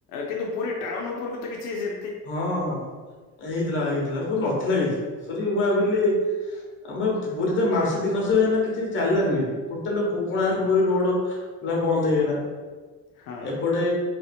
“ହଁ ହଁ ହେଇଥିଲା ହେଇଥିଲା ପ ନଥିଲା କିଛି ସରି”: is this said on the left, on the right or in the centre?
Left